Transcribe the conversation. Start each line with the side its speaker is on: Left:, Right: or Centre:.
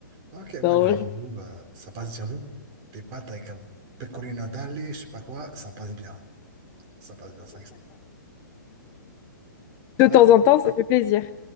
Right: Ok, ouais,
Left: Non,
Right: non, j'avoue,
Left: je-
Right: bah, ça passe, j'avoue. Tes pâtes avec un pecorino d'alle, je sais pas quoi, ça passe bien. Ça passe bien, 500. Ah,
Left: de temps en temps, ça fait plaisir.